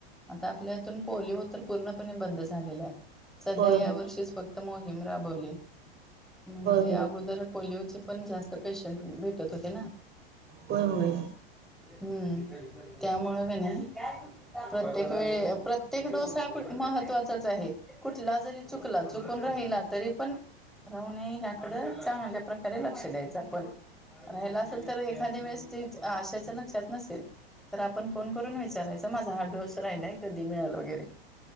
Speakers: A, in the centre; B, on the right (about 35°).
A: आता आपल्या इतून पोलिओ तर पूर्णपणे बंद झालेला आहे. सध्या
B: होय
A: या
B: होय
A: वर्षीच फक्त मोहीम राबवली म्हणजे
B: होय
A: अगोदर पोलिओचे. पण जास्त पेशंट भेटत होते
B: होय होय होय
A: हम्म, त्यामुळं का नाही. प्रत्येक वेळे प्रत्येक डोस हा कु महत्त्वाचाच आहे. कुठला जरी चुकला चुकून राहिला तरी पण राहू न ह्याकड चांगल्या प्रका''--'' तरी लक्ष द्यायचं आपण राहाला असेल तर एखाद्या वेळेस ते आशाच्या लक्षात नसेल. तर आपण फोन करून विचारायच माझा हा डोस राहिलाय कधी मिळेल वगैरे.